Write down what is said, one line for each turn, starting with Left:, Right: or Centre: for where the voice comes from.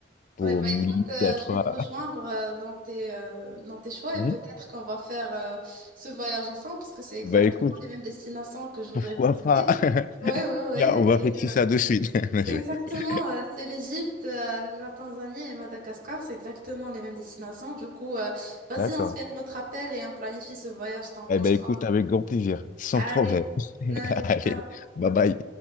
Left: pour
Right: Ouais, bah
Left: me
Right: écoute,
Left: limiter
Right: euh,
Left: à trois.
Right: je vais te rejoindre euh, dans tes, euh, dans tes choix
Left: Mhm.
Right: et peut-être qu'on va faire euh, ce voyage ensemble parce que c'est exactement
Left: Bah, écoute,
Right: les mêmes destinations que je voudrais
Left: pourquoi
Right: visiter.
Left: pas? <laughs>
Right: Ouais, ouais, ouais.
Left: Tiens, on va fixer ça de suite. <laughs> Non,
Right: Exactement,
Left: je rigole.
Right: euh, c'est l'Égypte, euh, la Tanzanie et Madagascar, c'est exactement les mêmes destinations. Du coup, euh, vas-y,
Left: D'accord.
Right: on se fait un autre appel et on planifie ce voyage, t'en penses
Left: Eh ben,
Right: quoi?
Left: écoute, avec grand plaisir, sans
Right: Allez,
Left: problème. <laughs>
Right: allez,
Left: Allez,
Right: ciao.
Left: bye bye.